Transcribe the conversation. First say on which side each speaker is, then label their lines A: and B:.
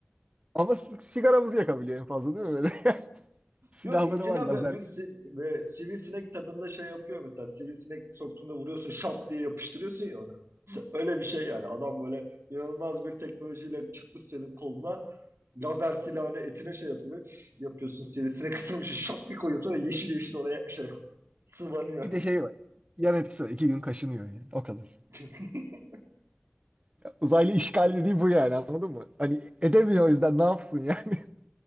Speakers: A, on the right; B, on the right.
A: Ama si- sigaramızı yakabiliyor en fazla değil mi böyle? <laughs> Silahları
B: Yok inceden
A: var lazer.
B: böyle bir, si- böyle sivrisinek tadında şey yapıyor mesela sivrisinek soktuğunda vuruyorsun şap diye yapıştırıyorsun ya onu. <laughs> Öyle bir şey yani adam böyle inanılmaz bir teknolojiyle çıkmış senin koluna lazer silahını etine şey yapıyor böyle <sniffs> yapıyorsun sivrisinek ısırmış şap bir koyuyorsun ve yeşil yeşil oraya şey <laughs> sıvanıyor.
A: Bir de şey var. Yan etkisi var. İki gün kaşınıyor yani. O kadar.
B: <laughs>
A: Uzaylı işgal dediği bu yani anladın mı? Hani edemiyor o yüzden ne yapsın yani? <laughs>